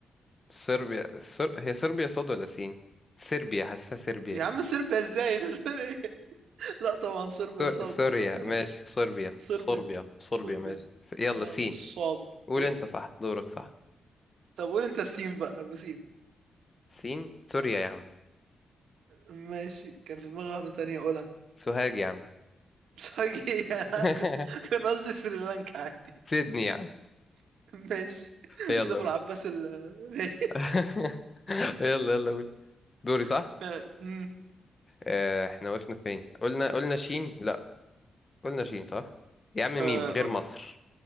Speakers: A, on the left; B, on the right.
A: صربيا سر... هي صربيا صاد ولا سين صربيا حاسسها صربيا
B: يا عم صربيا ازاي <laughs> انت بتقول ايه <laughs> لا طبعا صربيا
A: سور...
B: صاد
A: سوريا
B: انت بتقول
A: ماشي
B: ايه
A: صربيا
B: صربيا
A: صربيا صربيا
B: صربيا
A: ماشي يلا
B: اه
A: سين
B: بالصاد
A: قول
B: ايه
A: انت صح دورك صح
B: طب قول انت السين بقى ابو سين
A: سين سوريا يا عم
B: ماشي كان في دماغي واحدة تانية اقولها
A: سوهاج يا عم
B: بس فجأة <laughs>
A: <laughs>
B: انا ك- كان قصدي سريلانكا عادي
A: سيدني يا عم
B: <laughs> ماشي
A: يلا
B: سيد ابو
A: قول
B: العباس ال <laughs>
A: <laughs> يلا يلا قول دوري صح
B: ب- مم.
A: آه، احنا وقفنا فين قلنا قلنا شين لا قلنا شين صح يا عم ميم
B: آه،
A: غير
B: آه،
A: مصر